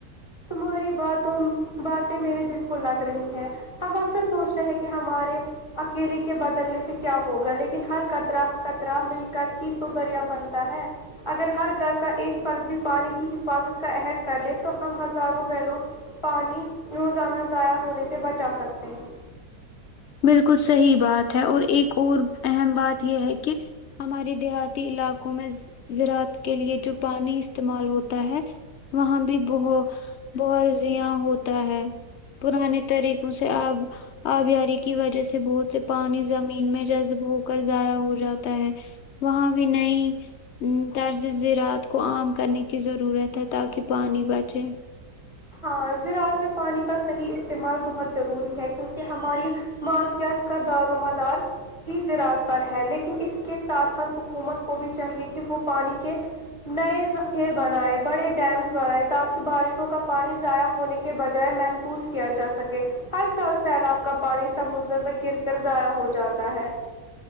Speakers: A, on the left; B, on the left.
A: تمہاری باتوں باتیں میرے دل کو لگ رہی ہے ہم اکثر سوچ رہے ہیں کہ ہمارے اکیلے کے بدلنے سے کیا ہوگا لیکن ہر کترا کطرا مل کر ہی تو بریا بنتا ہے اگر ہر گھر کا ایک فرد بھی پانی کی حفاظت کا عہد کر لے تو ہم ہم ہزاروں گلوں پانی روزانہ ضائع ہونے سے بچا سکتے ہیں
B: بالکل صحیح بات ہے اور ایک اور اہم بات یہ ہے کہ ہماراری دیہاتی علاقوں میں زراعت کے لیے جو پانی استعمال ہوتا ہے وہاں بھی بت بہرزیاں ہوتا ہے پرانے طریقوں سے آب آب یاری کے کی وجہ سے بہت سے پانی زمین میں جذب ہو کر ضائع ہو جاتا ہے وہاں بھی نہیں طرز ذرعت کو عام کرنے کی ضرورت ہے تاکہ پانی بچے
A: ہاں زراعت میں پانی کا صحیح استعمال بہت ضروری ہے کیونکہ ہماری معاشیات کا دارومدار ہی زراعت پر ہے لیکن اس کے ساتھ ساتھ حکومت کو بھی چاہیے کہ وہ پانی کے نئے ذخیر بنائے بڑے ڈیمس بنائے تاکہ بارشوں کا پانی ضائع ہونے کے بجائے محفوظ کیا جا سکے ہر سال سیلاب کا پانی سمندر میں گر کر ضائع ہو جاتا ہے